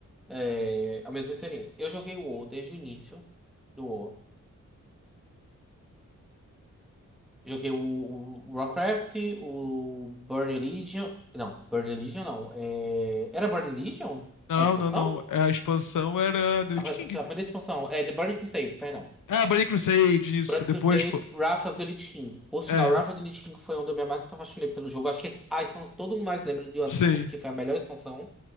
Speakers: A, in the centre; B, on the left (about 80°).
A: é, a mesma experiência. Eu joguei o O desde o início do O. Joguei o, o Warcraft, o Burning Legion. Não, Burning Legion não. É, era Burning Legion?
B: Não,
A: A expansão?
B: não, não. A expansão era The Lich
A: A, a
B: King.
A: primeira expansão. É The Burning Crusade, perdão.
B: Ah, Burning Crusade, isso.
A: Brand
B: Depois
A: Crusade,
B: foi.
A: Wrath of the Lich King. Por sinal,
B: É.
A: Wrath of the Lich King foi onde eu me mais apaixonei pelo jogo. Acho que é a expansão que todo mundo mais lembra do antigo,
B: Sim,
A: porque foi a melhor expansão.